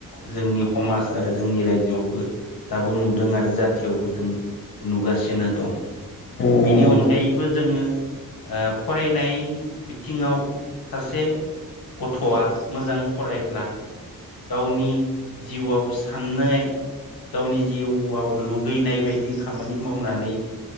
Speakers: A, on the left; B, on the left.
A: जोंनि हमाज आरो जोंनि रायजोयावबो दाबो नुदों आरो जाथियावबो जों नुगासिनो दं
B: औ नंगौ
A: बिनि
B: नोंथां
A: अनगायैबो जोङो ओ फरायनाय बिथिङाव सासे गथआ मोजां फरायब्ला गावनि जिउआव साननाय गावनि जिउआव लुगैनाय बायदि खामानि मावनानै